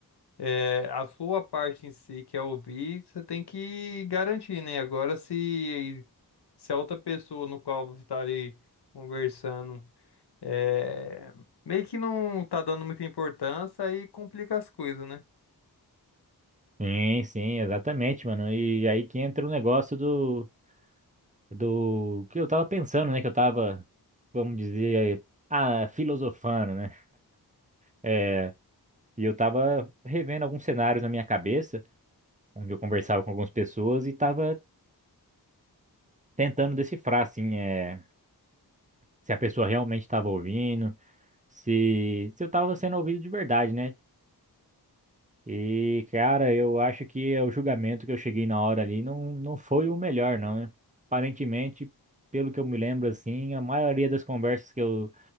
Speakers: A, on the left (about 80°); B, on the right (about 20°).
A: é, a sua parte em si, que é ouvir, você tem que garantir, né? Agora, se, se a outra pessoa no qual você está ali conversando é, meio que não tá dando muita importância, aí complica as coisas, né?
B: Sim, sim, exatamente, mano. E aí que entra o negócio do, do que eu tava pensando, né? Que eu tava, vamos dizer, eh, ah, filosofando, né? É, e eu tava revendo alguns cenários na minha cabeça, onde eu conversava com algumas pessoas e tava tentando decifrar, assim, é, se a pessoa realmente tava ouvindo, se, se eu tava sendo ouvido de verdade, né? E, cara, eu acho que é o julgamento que eu cheguei na hora ali não, não foi o melhor, não, né? Aparentemente, pelo que eu me lembro, assim, a maioria das conversas que eu,